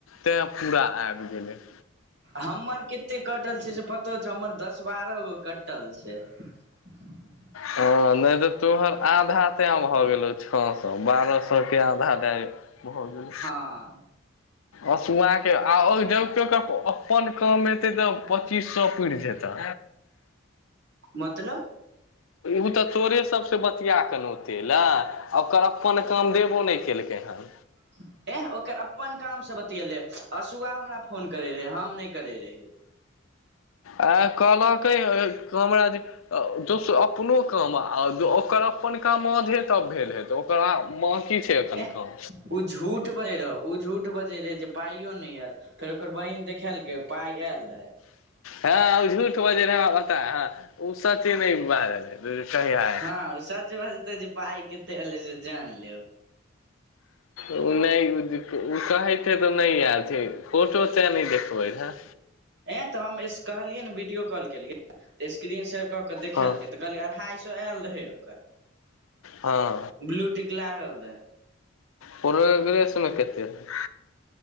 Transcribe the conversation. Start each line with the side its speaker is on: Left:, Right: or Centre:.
Left: तैं पूरा आबि गेलै
Right: हमर कते कटल छै से पतो छै हमर दस बारह गो कटल छै <inaudible>
Left: हँ नहि तऽ तोहर आधा ते भऽ गेलौ छओ सए बारह सए के आधा दए भ गेल
Right: हँ
Left: अशुआ के आ जब के ओ अपन काम एतै तब पच्चीस सए पूइर जेतै
Right: मतलब
Left: उ तऽ तोरे सब से बत बतिया के ने औते अलइ ओकर अपन काम देबो नहि केलकै हन
Right: <inaudible> ए ओकर अपन काम से बतियलै अशुआ हमरा फोन करैत रहै हम नहि करैत रहियै
Left: आ कहलकई हमरा जे अँ दोस् अपनो काम ओकर अपन काम आधै त भेल हे त ओकरा बाकि छै एखन
Right: एह
Left: काम
Right: ओ झूठ भै रहै ओ झूठ बजै रहै जे पाइयो नहि आयल फेर ओकर बहीन देखेलकै पाय आयल रहे
Left: हँ ओ झूठ बजे रह हमरा पता ह ओ सची नहि बाजल रहे <unintelligible>
Right: हँ ओ सच बजतै जे पाइ कते एलै से जान लेब
Left: ओ नहि ओ कहैत हेताउ नहि याद ह फोटो तऽ नहि देखबै रहए
Right: ए तऽ हम कहलियै ने वीडियो कॉल केलियै त स्क्रीन सेेयर क के देखेलक
Left: हँ
Right: त कहलिय अढ़ाई सए आयल रहे ओकर
Left: हँ
Right: ब्लूटिक लागल रहे
Left: प्रोग्रेस मे कते रहै?